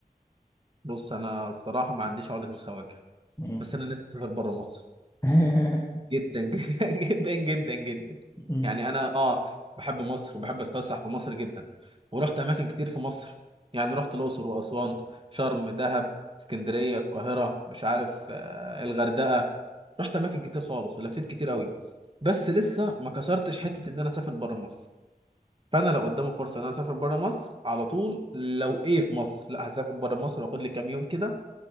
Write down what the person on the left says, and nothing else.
مم.
<laughs>
مم.